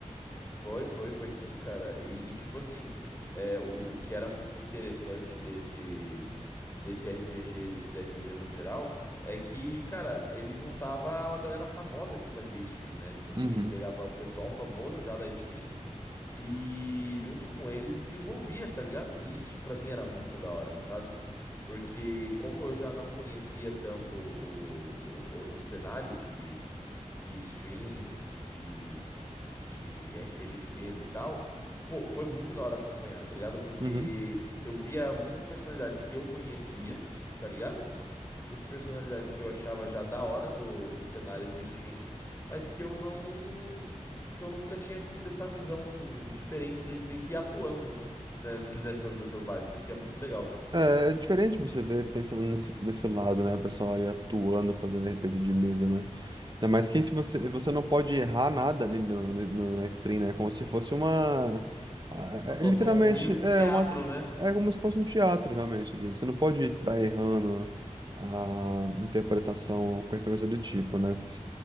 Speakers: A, on the left; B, on the right.
A: Foi, foi, foi sim, cara. E, e, tipo assim, é, o, o que era muito interessante desse, desse RPG, desses RPGs no geral, é que, cara, ele juntava uma galera famosa que fazia stream, né? Tipo assim,
B: Uhum,
A: ele pegava o pessoal famoso já da stream E junto com eles desenvolvia, tá ligado? E isso pra mim era muito da hora, sabe? Porque como eu já não conhecia tanto o, o, o, o cenário de, de stream, de, de, de RPG de mesa e tal, pô, foi muito da hora acompanhar, tá ligado? Porque
B: uhum.
A: eu via muitas personalidades que eu conhecia, tá ligado? Muitas personalidades que eu achava já da hora do, do cenário de stream, mas que eu não. que eu nunca tinha tido essa visão diferente deles meio que atuando, né? Né, <laughs> Nessas, dessas lives, o que é muito legal.
B: É, é diferente você ver pensando nesse, nesse lado, né? O pessoal ali atuando, fazendo RPG de mesa, né? Ainda mais que se você, você não pode errar nada ali no, no- no- na stream, né? É como se fosse uma. ah,
A: Atuação
B: É, é literalmente,
A: ao vivo,
B: é
A: um teatro,
B: uma.
A: né?
B: É como se fosse um teatro, realmente, ali. Você não pode estar errando a interpretação, qualquer coisa do tipo, né?